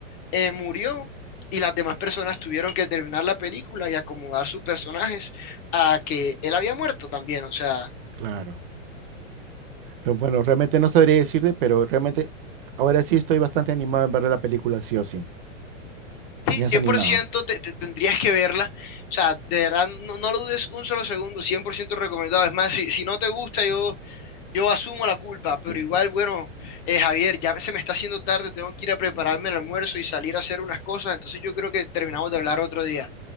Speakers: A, on the left; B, on the right.
A: eh, murió y las demás personas tuvieron que terminar la película y acomodar sus personajes a que él había muerto también. O sea,
B: claro. Pero bueno, realmente no sabría decirte, pero realmente ahora sí estoy bastante animado en ver la película, sí o sí.
A: sí,
B: Me
A: 100%
B: has animado.
A: te, te tendrías que verla. O sea, de verdad, no, no lo dudes un solo segundo, 100% recomendado. Es más, si, si no te gusta, yo, yo asumo la culpa, pero igual, bueno, eh, Javier, ya se me está haciendo tarde, tengo que ir a prepararme el almuerzo y salir a hacer unas cosas, entonces yo creo que terminamos de hablar otro día.